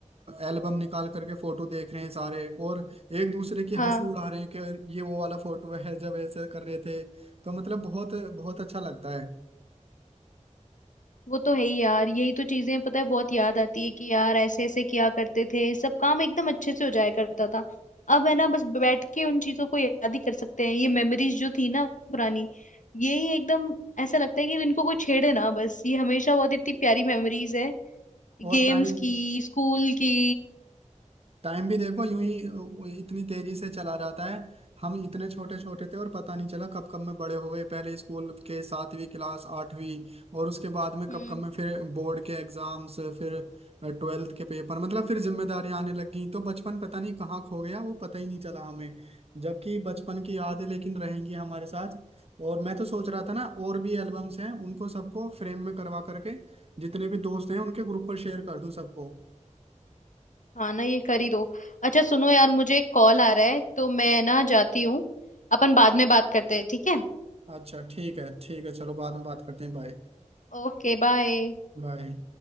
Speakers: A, on the right; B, on the left.
A: एल्बम निकाल करके फोटो देख रहे हैं सारे और एक दूसरे की
B: हाँ
A: हंसी उड़ा रहे हैं कि ये वो वाला फोटो है जब ऐसे कर रहे थे तो मतलब बहुत बहुत अच्छा लगता है
B: वो तो है ही यार यही तो चीजें पता है बहुत याद आती है कि यार ऐसे ऐसे किया करते थे सब काम एकदम अच्छे से हो जाया करता था अब है ना बस बैठ के उन चीजों को याद ही कर सकते हैं ये मेमोरीज जो थी ना पुरानी यही एकदम ऐसा लगता है कि इनको कोई छेड़े ना बस ये हमेशा बहुत इतनी प्यारी मेमोरीज है गेम्स
A: और टाइम
B: की स्कूल की
A: टाइम भी देखो यूं ही उ- इतनी तेजी से चला जाता है हम इतने छोटे छोटे थे और पता नहीं चला कब कब में बड़े हो गए पहले स्कूल के सातवीं क्लास आठवीं और उसके बाद में कब
B: हम्म
A: कब में फिर बोर्ड के एग्जाम्स फिर ट्वेल्थ के पेपर मतलब फिर जिम्मेदारियां आने लग गई तो बचपन पता नहीं कहाँ खो गया वो पता ही नहीं चला हमें जबकि बचपन की यादें लेकिन रहेंगी हमारे साथ और मैं तो सोच रहा था ना और भी एल्बम्स हैं उनको सबको फ्रेम में करवा करके जितने भी दोस्त हैं उनके ग्रुप पर शेयर कर दूं सबको
B: हाँ ना ये कर ही दो अच्छा सुनो यार मुझे एक कॉल आ रहा है तो मैं ना जाती हूँ अपन बाद में बात करते हैं ठीक है
A: अच्छा ठीक है ठीक है चलो बाद में बात करते हैं बाय
B: Okay bye
A: बाय